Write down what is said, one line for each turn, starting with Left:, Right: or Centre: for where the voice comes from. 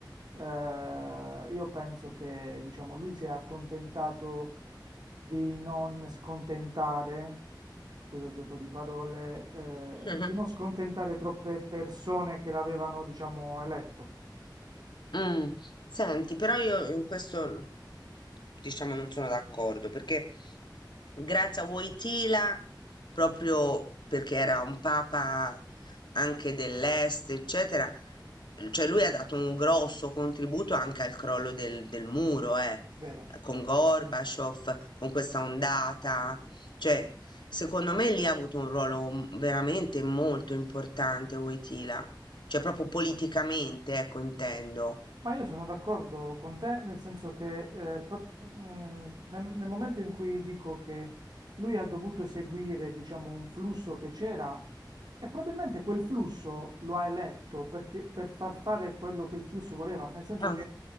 Right: eh, io penso che, diciamo, lui si è accontentato di non scontentare, scusa il gioco di parole, eh,
Left: Mhm.
Right: di non scontentare troppe persone che l'avevano, diciamo, eletto,
Left: Mm. Senti, però io in questo diciamo non sono d'accordo perché grazie a Wojtyla, proprio perché era un papa anche dell'est, eccetera, cioè lui ha dato un grosso contributo anche al crollo del, del muro, eh,
Right: vero?
Left: con Gorbaciov, con questa ondata, cioè secondo me lì ha avuto un ruolo m- veramente molto importante Wojtyla. Cioè proprio politicamente, ecco, intendo.
Right: Ma io sono d'accordo con te, nel senso che eh, pro- mm, nel, nel momento in cui dico che lui ha dovuto seguire, diciamo, un flusso che c'era, e probabilmente quel flusso lo ha eletto perché- per far fare quello che il flusso voleva, nel senso
Left: Ah,
Right: che